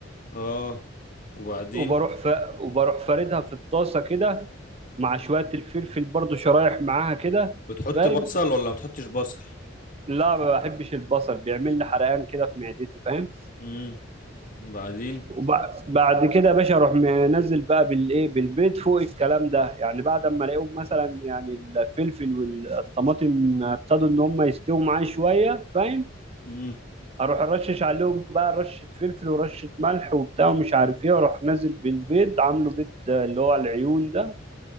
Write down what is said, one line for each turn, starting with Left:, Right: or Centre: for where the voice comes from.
Left: اه وبعدين
Right: وبروح ف... وبروح فاردها في الطاسه كده مع شوية الفلفل برضو شرايح معاها كده
Left: بتحط
Right: فاهم
Left: بصل ولا ما بتحطش بصل
Right: لا ما بحبش البصل بيعمل لي حرقان كده في معدتي فاهم
Left: امم وبعدين
Right: وبعد كده يا باشا اروح منزل بقى بالايه بالبيض فوق الكلام ده يعني بعد ما الاقيهم مثلا يعني الفلفل والطماطم ابتدوا ان هم يستووا معايا شويه فاهم
Left: امم
Right: اروح ارشش عليهم بقى رشه فلفل ورشه ملح وبتاع ومش عارف ايه واروح نازل بالبيض عامله بيض اللي هو العيون ده